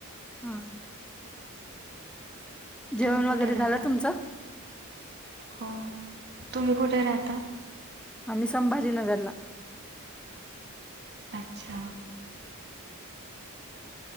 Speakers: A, in the centre; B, on the right.
A: हा हा. जेवण
B: तुम्ही कुठे
A: वगैरे झालं
B: राहता?
A: तुमचं?
B: हो, तुम्ही कुठे राहता?
A: आम्ही संभाजीनगरला.
B: अच्छा!